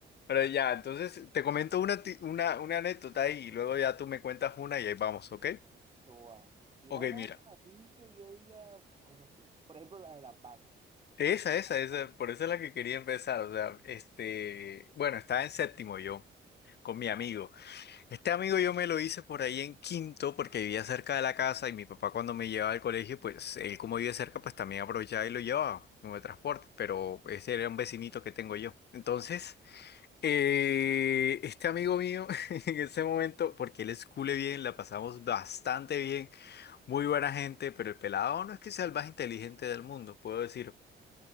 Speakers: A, on the left; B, on the right.
A: Pero ya, entonces te comento una, ti- una, una anécdota y luego ya tú me cuentas una y ahí vamos, ¿ok?
B: Eso va. Tira
A: Ok,
B: una
A: mira.
B: así que yo diga, ¿cómo así? Por ejemplo, la de las vacas.
A: Esa,
B: ¿Cómo así?
A: esa,
B: <laughs>
A: esa, por eso es la que quería empezar. O sea, este, bueno, estaba en séptimo yo, con mi
B: Ajá.
A: amigo. Este amigo yo me lo hice por ahí en quinto, porque vivía cerca de la casa y mi papá cuando me llevaba al colegio, pues él como vive cerca, pues también aprovechaba y lo llevaba como de transporte, pero ese era un vecinito que tengo yo. Entonces, eh, este amigo mío, <laughs> en ese momento, porque él es cule bien, la pasamos bastante bien, muy buena gente, pero el pelado no es que sea el más inteligente del mundo, puedo decir.